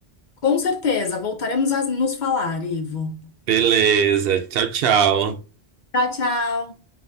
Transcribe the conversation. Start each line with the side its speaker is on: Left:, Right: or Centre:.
Left: Com certeza, voltaremos a nos falar, Ivo.
Right: Beleza, tchau, tchau.
Left: Tchau, tchau.